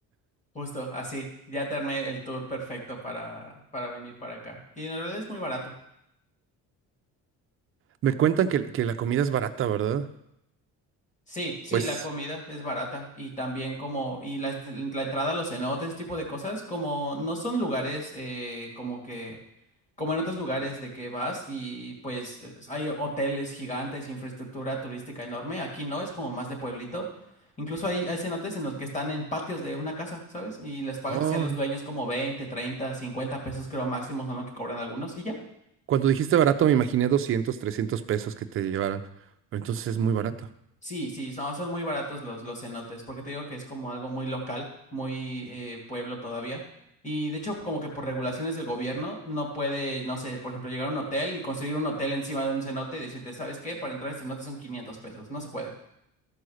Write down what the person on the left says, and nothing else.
justo, así, ya te armé el tour perfecto para, para venir para acá. Y en realidad es muy barato.
Sí, sí,
la comida es barata y también como, y la, la entrada a los cenotes, ese tipo de cosas, como no son lugares eh, como que como en otros lugares de que vas y pues eh, hay hoteles gigantes, infraestructura turística enorme. Aquí no, es como más de pueblito. Incluso hay, hay cenotes en los que están en patios de una casa, ¿sabes? Y les pagas
así a los dueños como 20, 30, 50 pesos creo máximo son lo que cobran algunos y ya.
Sí, sí, son, son muy baratos los, los cenotes, porque te digo que es como algo muy local, muy eh, pueblo todavía. Y de hecho, como que por regulaciones del gobierno, no puede, no sé, por ejemplo, llegar a un hotel y construir un hotel encima de un cenote y decirte, ¿sabes qué? Para entrar a este cenote son 500 pesos, no se puede.